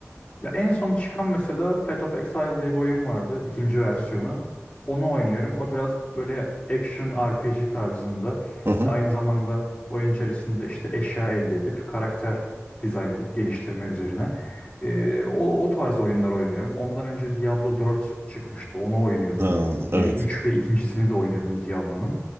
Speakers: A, on the left; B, on the right.
A: Ya en son çıkan mesela Path of Exile diye bir oyun vardı. ikinci versiyonu. Onu oynuyorum. O biraz böyle action RPG tarzında.
B: Hı hı.
A: Aynı zamanda oyun içerisinde işte eşya elde edip karakter dizayn edip geliştirme üzerine. Ee, o, o tarz oyunlar oynuyorum. Ondan önce Diablo 4 çıkmıştı. Onu oynuyordum.
B: Ha,
A: Ee,
B: evet.
A: 3 ve ikincisini de oynuyordum Diablo'nun.